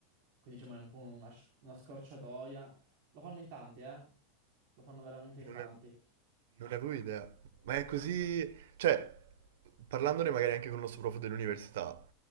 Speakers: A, on the right (about 55°); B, on the right (about 75°).
A: Quindi diciamo è un po' una, sc- una scorciatoia. Lo fanno in tanti, eh? Lo fanno veramente in
B: Non
A: tanti.
B: ne, non ne avevo idea. Ma è così... Cioè, parlandone magari anche con il nostro prof dell'università,